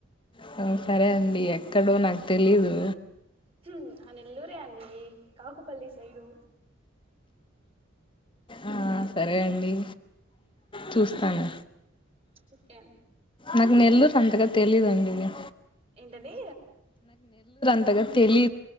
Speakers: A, on the left; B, on the right.
A: హు సరే అండి ఎక్కడో నాకు తెలీదు.
B: హ్ ఆ నెల్లూరే అండి. కాకుపల్లి సైడు.
A: ఆ సరే అండి. చూస్తాను.
B: ఓకే అండి
A: నాకు నెల్లురూ అంతగా తెలిదండి ఇగా
B: ఏంటండి.
A: అంతగా తెలీ